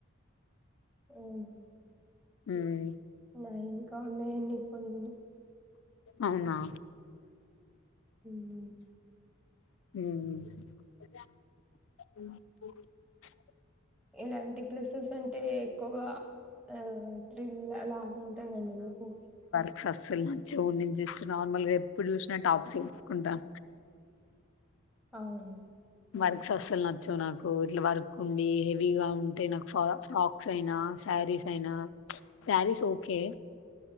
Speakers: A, in the centre; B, on the left (about 65°).
A: అవ్
B: ఉమ్
A: నాయి ఇంకా ఉన్నాయండి కొన్ని
B: అవునా
A: హ్మ్
B: ఉమ్మ్
A: ఎలాంటి ప్లసెస్ అంటే ఎక్కువగా ఆ త్రిల్ ఎలా ఉంటాందండి మీకు
B: సస్ అస్సలు నచ్చవు నేను జస్ట్ నార్మల్ గా ఎప్పుడు చూసినా టాప్స్ వేసుకుంటా. ఆ
A: అవున
B: వర్క్స్ అసలు నచ్చవు నాకు ఇట్లా వర్క్ ఉండి. హేవ్ హెవీగా ఉంటే నాకు, ఫర్ ఫ్రాక్స్ అయినా శారీస్ అయినా. శారీస్ ఓకే,